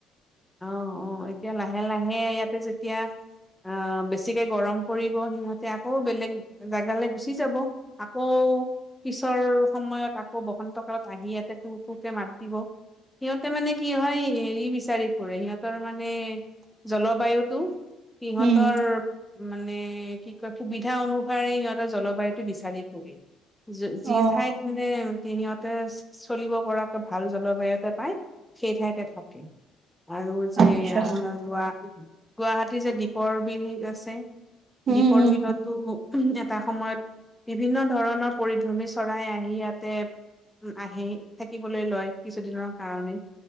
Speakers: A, in the centre; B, on the right.
A: অ', অ', এতিয়া লাহে, লাহে, ইয়াতে যেতিয়া আহ বেছিকে গৰম পৰিব সিহঁতে আকৌ বেলেগ জোগালৈ গুচি যাব। আকৌ পিছৰ সময়ত আকৌ বসন্ত কালত আহি ইয়াতে তুৰ তুৰকে মাত দিব। সিহঁতে মানে কি হয় হেৰি বিচাৰি সিহঁতৰ মানে জলৱায়ুতো সিহঁতৰ
B: উম,
A: মানে কি কয় সুবিধা অনুসাৰে সিহঁতৰ জলবায়ুটো বিচাৰি পোৱা। <inaudible>
B: অ',
A: যি ঠাইত মানে সিহঁতে চলিব পৰাকে ভাল জলবায়ু এটা পায়। সেই ঠাইতে থাকে। আৰু যে
B: আচ্ছা
A: আমাৰ গ, গুৱাহাটী যে দ্বীপৰ বিল আছে।
B: উম,
A: দ্বীপৰ
B: উম,
A: বিলততো এটা সময়ত বিভিন্ন ধৰণৰ পৰিভ্ৰমী চৰাই আহি ইয়াতে। আহি থাকিবলৈ লয় কিছুদিনৰ কাৰণেই।